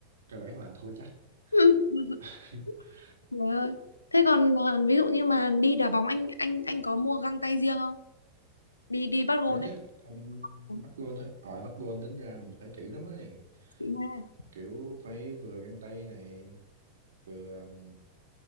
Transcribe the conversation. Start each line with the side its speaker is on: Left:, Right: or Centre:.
Right: cơ bản là anh thua chắc
Left: <laughs>
Right: <laughs>
Left: Trời ơi. Thế còn à, ví dụ như mà đi đá bóng anh anh anh có mua găng tay riêng không? Đi đi bắt gôn
Right: có chứ
Left: ấy.
Right: anh
Left: Ừ,
Right: bắt gôn thôi ờ bắt gôn tính ra mình phải kỹ lắm ấy
Left: chị Nga
Right: kiểu phải vừa găng tay này vừa um,